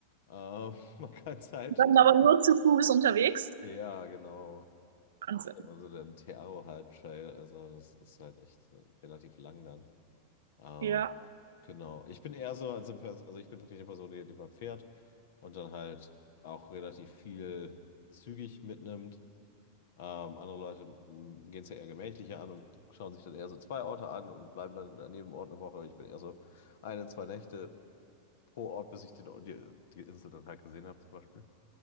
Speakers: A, on the left (about 55°); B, on the right (about 60°).
A: Ähm, <laughs> man kann es halt.
B: Dann aber nur zu Fuß unterwegs.
A: Ja, genau.
B: Wahnsinn.
A: Also der Tearo halt Trail, also das ist halt echt äh, relativ lang dann. Ähm,
B: Ja.
A: genau. Ich bin eher so, also, also ich bin wirklich eine Person, die lieber fährt und dann halt auch relativ viel zügig mitnimmt. Ähm, andere Leute hm, gehen es ja eher gemächlicher an und schauen sich dann eher so zwei Orte an und bleiben dann an jedem Ort eine Woche. Ich bin eher so eine, zwei Nächte pro Ort, bis ich den, die, die Insel dann halt gesehen habe, zum Beispiel.